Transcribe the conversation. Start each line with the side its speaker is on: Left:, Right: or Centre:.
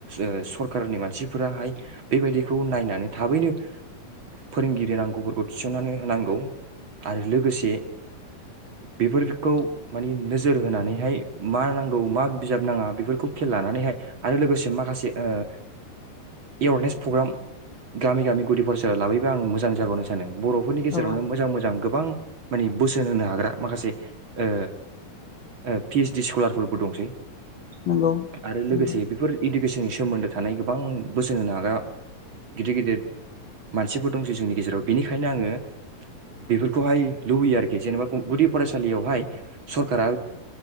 Right: ओ सरखारनि मानसिफोराहाय बेबायदिखौ नायनानै थाबैनो फोरोंगिरि नांगौफोरखौ थिसननानै होनांगौ आरो लोगोसे बेफोरखौ मानि नोजोर होनानैहाय मा नांगौ मा बिजाब नाङा बेफोरखौ खेल लानानैहाय आरो लोगोसे माखासे ओ ए वारनेस प्रग्राम गामि गामि गुदि फरायसालियाव लाबोयोबा आं मोजां जागौ होनना सानो। बर'फोरनि गेजेरावनो
Left: औ
Right: मोजां मोजां गोबां। मानि बोसोन होनो हाग्रा। माखासे ओ ओ पि-ऐस-डि स्कलारफोरबो दंसै।
Left: नंगौ
Right: आरो लोगोसे
Left: नंगौ
Right: बेफोर इडुकेसन। सोमोन्दो। थानाय गोबां बोसोन होनो हाग्रा गिदिर गिदिर मानसिफोर दंसै जोंनि गेजेराव बेनिखायनो आङो बेफोरखौहाय लुबैयो आरोखि जेनेबा गुदि फरायसालियावहाय सरकारा